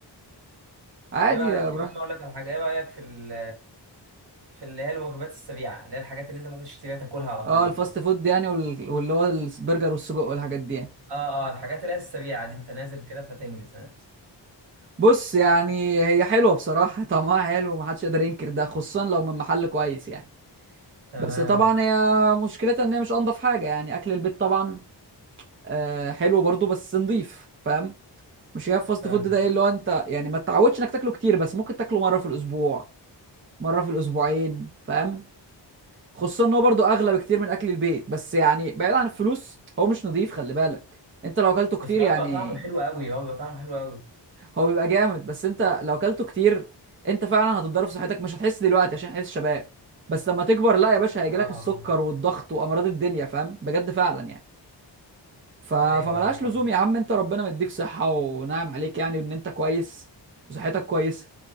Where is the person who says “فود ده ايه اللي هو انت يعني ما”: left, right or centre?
Right